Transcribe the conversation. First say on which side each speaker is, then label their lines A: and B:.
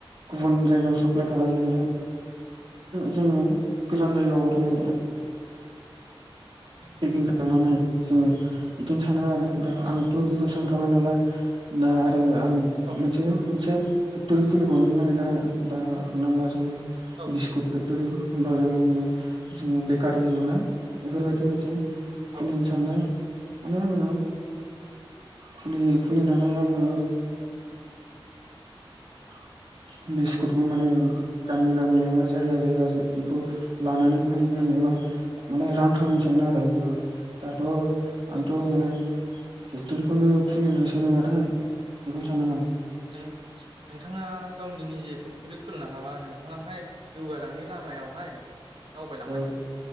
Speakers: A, on the right; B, on the right.
A: गुबुन जायगायाव साप्लाय खालामलनो जोङो गोजान जायगायाव हरनो पेकिं खालामनानै जोङो बिदिनो सानो आरो दा आंथ' बेखौ
B: औ
A: सानखाबाय नालाय दा आरो आं
B: औ
A: मोनसे मोनसे फेक्टरि खुलिबावनो नागिरदों आरो दा हमना ला जोङो
B: औ
A: बिस्कुट फेक्ट'रि हबा जों जोङो बेकारि होनोना बेफोरबायदि मोनसे <unintelligible>
B: औ
A: मानो आङो खुलि खुलिनानै आङो <inaudible> बिस्कुटखौ माने गामि गामियाबो जायगा जायगा बेखौ लानानै फानहैगोन माने रां खामिस
B: औ
A: आरो दाथ'
B: औ
A: आंथ' माने पेक्टरिखौनो खुलिनोसै नामाथाय सानो माने
B: नोंथाङा गावनि निजे फेक्टरि खुलिनो हाबा नोंथाङाहाय जौगालांनायनि लामा लामायावहाय दावबायलांबाय
A: औ
B: थागोन